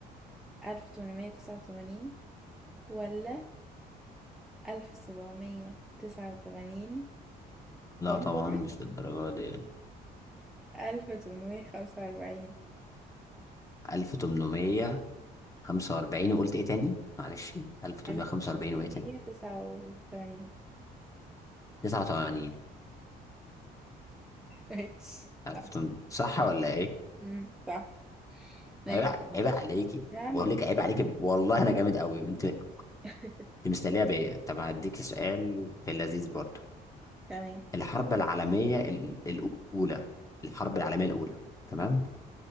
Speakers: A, in the centre; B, on the left.
A: ألف تمنمية تسعة وتمانين ولا ألف سبعمية تسعة وتمانين
B: لا
A: ولا
B: طبعا مش للدرجه دي
A: ألف تمنمية خمسة وأربعين
B: 1845 وقلت ايه تاني معلش 1845
A: ألف تمنمية
B: وايه تاني
A: تسعة وتمانين
B: 89
A: ماشي
B: 1800
A: صح
B: صح ولا ايه
A: مم، صح ماشي
B: عيب ع- عيب عليكي
A: يا عم
B: بقول
A: ماشي.
B: لك عيب عليكي والله انا جامد قوي انت انت
A: <laughs>
B: مستنيه بيا طب هديك سؤال في اللذيذ برضه
A: تمام
B: الحرب العالميه ال- الاولى الحرب العالميه الاولى تمام